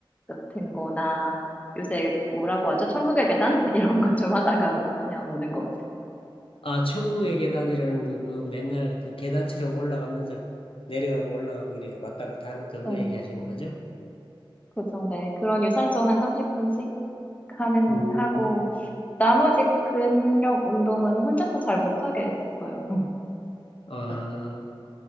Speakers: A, on the left; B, on the left.
A: 같은 거나 요새 뭐라고 하죠? 천국의 계단? <laughs> 이런 거 좀 하다가 그냥 오는 것
B: 아, 천국의 계단이라는 거, 그 맨날 그 계단처럼 올라가면서 내려가고 올라가고 이렇게 왔다 갔다 하는 그거
A: 같아요.
B: 얘기하시는 거죠?
A: 그죠, 네. 그런 유산소 한 30분씩 하는,
B: 음,
A: 하고, 나머지 근력 운동은 혼자서 잘 못하게 했어요.
B: 아,